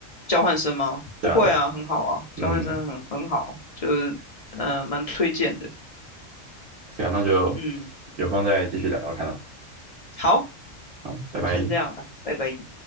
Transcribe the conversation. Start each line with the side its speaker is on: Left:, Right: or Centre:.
Left: 交换生吗？
Right: 对啊，
Left: 不会啊，
Right: 对啊，
Left: 很好啊，
Right: 嗯，
Left: 交换生很很好，就是呃蛮推荐的。
Right: 可以啊，那就
Left: 嗯，
Right: 有空再继续聊聊看啊。
Left: 好，
Right: 嗯，拜拜。
Left: 先这样了，拜拜。